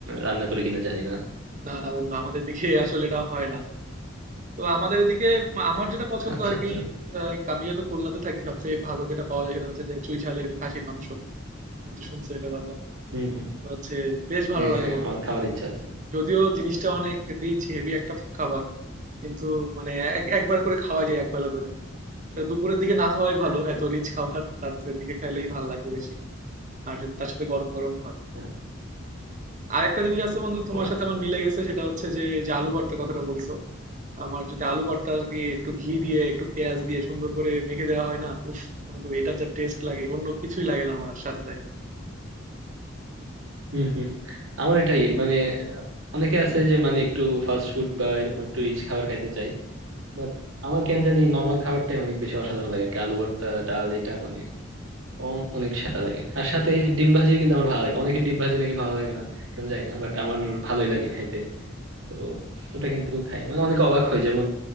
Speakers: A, on the right; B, on the right.
A: রান্না করে কিনা জানি না
B: না না বন্ধু আমাদের দিকে আসলে এটা হয় না তো আমাদের এদিকে আমার যেটা পছন্দ
A: আচ্ছা
B: আর
A: আচ্ছা
B: কি আহ, আমি যেহেতু খুলনাতে থাকি সবচেয়ে ভালো যেটা পাওয়া যায় সেটা হচ্ছে যে চুই ঝালের খাসির মাংস তুমি তো শুনছো এটার কথা
A: হম হম
B: তো হচ্ছে বেশ ভালো
A: হ্যাঁ
B: লাগে
A: হ্যাঁ
B: বন্ধু
A: আমার খাওয়ার ইচ্ছা আছে
B: যদিও জিনিসটা অনেক রিচ হেভি একটা খাবার কিন্তু মানে এক- একবার করে খাওয়া যায় একবেলা করে দুপুরের দিকে না খাওয়াই ভালো
A: আচ্ছা
B: এত রিচ খাবার রাত্রের দিকে খেলেই ভালো লাগবে বেশি আর যদি তার সাথে গরম গরম হয়
A: হ্যাঁ।
B: আরেকটা জিনিস আছে বন্ধু তোমার
A: ও আচ্ছা
B: সাথে আমার মিলে গেছে সেটা হচ্ছে যে যে আলু ভর্তার কথাটা বলছো আমার যদি আলু ভর্তা আর কি একটু ঘি দিয়ে একটু পেঁয়াজ দিয়ে সুন্দর করে মেখে দেওয়া হয় না উফ বন্ধু এটা যা টেস্ট লাগে অন্য কিছুই লাগে না আমার আর সাথে তাই
A: হম হম আমার এটাই মানে অনেকে আছে যে মানে একটু ফাস্ট ফুড বা এরকম একটু রিচ খাবার খাইতে চাই বাট আমার কেন জানি নর্মাল খাবারটাই অনেক বেশি অসাধারণ লাগে আর কি আলু ভর্তা ডাল এটা মানে অ- অনেক সেটা লাগে আর সাথে ডিম ভাজিও কিন্তু আমার ভালো লাগে অনেকের ডিম ভাজি নাকি ভালো লাগে না কেন জানি না বাট আমার ভালোই লাগে খাইতে তো ওটা কিন্তু খাই মানে অনেকে অবাক হয় যেমন